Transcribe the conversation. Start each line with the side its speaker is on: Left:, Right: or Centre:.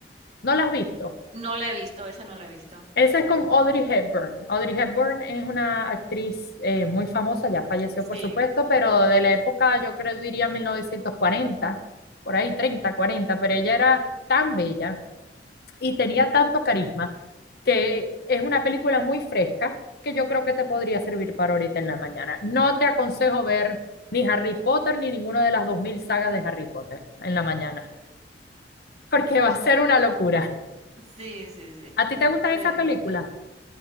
Left: ¿No la has visto?
Right: No la he visto, esa no la he visto.
Left: Esa es con Audrey Hepburn. Audrey Hepburn es una actriz eh, muy famosa, ya falleció
Right: Sí,
Left: por supuesto, pero de la época, yo creo, diría mil novecientos cuarenta por ahí treinta cuarenta pero ella era tan bella y tenía tanto carisma que es una película muy fresca que yo creo que te podría servir para ahorita en la mañana. No te aconsejo ver ni Harry Potter ni ninguna de las 2000 sagas de Harry Potter en la mañana, porque va a ser una locura.
Right: sí, sí, sí,
Left: ¿A ti te gustan
Right: sí,
Left: esas
Right: intento.
Left: películas?